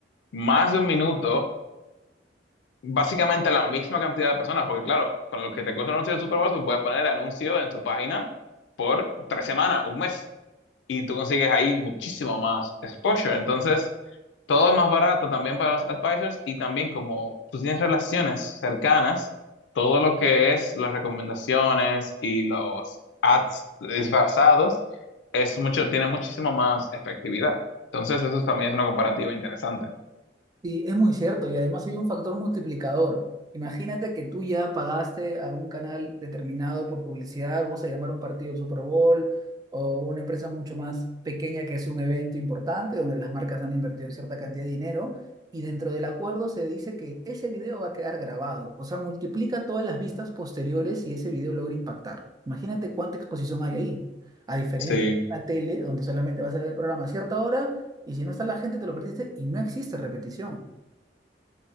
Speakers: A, on the left; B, on the right.
A: más de un minuto, básicamente la misma cantidad de personas, porque claro, con lo que te cuesta un anuncio de Super Bowl, tú puedes poner el anuncio en tu página por tres semanas, un mes. y tú consigues ahí muchísimo más exposure. Entonces, todo es más barato también para los advisors y también como tú tienes relaciones cercanas, todo lo que es las recomendaciones y los ads disfrazados es mucho, tiene muchísimo más efectividad. Entonces, eso también es una comparativa interesante.
B: Sí, es muy cierto y además hay un factor multiplicador. Imagínate que tú ya pagaste a un canal determinado por publicidad, vamos a llamar un partido del Super Bowl o una empresa mucho más pequeña que hace un evento importante donde las marcas han invertido cierta cantidad de dinero y dentro del acuerdo se dice que ese video va a quedar grabado, o sea, multiplica todas las vistas posteriores y ese video logra impactar. Imagínate cuánta exposición hay ahí. A diferencia
A: Sí,
B: de una tele donde solamente vas a ver el programa a cierta hora y si no está la gente, te lo perdiste y no existe repetición.